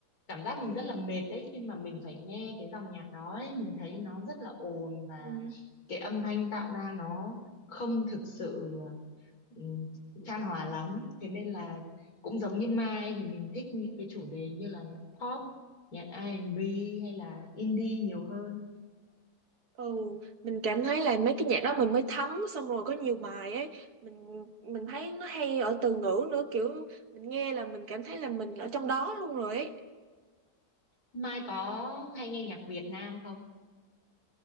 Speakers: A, on the left (about 65°); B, on the right (about 70°).
A: cảm giác mình rất là mệt đấy khi mà mình phải nghe cái dòng nhạc đó ấy. Mình thấy nó rất là ồn và
B: ừ.
A: cái âm thanh tạo ra nó không thực sự ừm, chan hòa lắm thế nên là cũng giống như Mai thì mình thích những cái chủ đề như là nhạc pop nhạc R&B hay là indie nhiều hơn
B: ừ mình cảm thấy là mấy cái nhạc đó mình mới thấm xong rồi có nhiều bài ấy mình mình thấy nó hay ở từ ngữ nữa kiểu mình nghe là mình cảm thấy là mình ở trong đó luôn rồi ấy
A: Mai có hay nghe nhạc Việt Nam không?